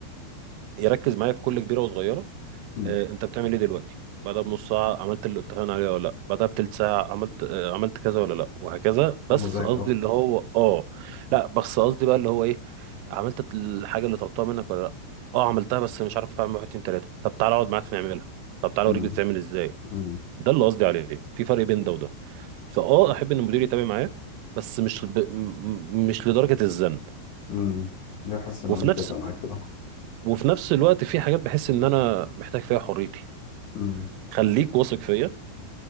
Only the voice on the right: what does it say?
يركز معايا في كل كبيره وصغيره
آه، انت بتعمل ايه دلوقتي بعدها بنص ساعة عملت اللي اتفقنا عليه ولا لا بعدها بتلت ساعة عملت آه، عملت كذا ولا لا وهكذا بس
قصدي
اللي هو اه لا بس قصدي بقى اللي هو ايه عملت الحاجة اللي طلبتها منك ولا لا اه عملتها بس مش عارف اعمل واحد اتنين تلاتة طب تعالى اقعد معاك نعملها طب تعالى
اوريك بتتعمل ازاي
ده اللي قصدي عليه في فرق بين ده وده فاه احب ان المدير يتابع معايا بس مش ب... م- م- مش لدرجة الزن
وفي
نفس
وفي نفس الوقت في حاجات بحس ان انا محتاج فيها حريتي
خليك واثق فيا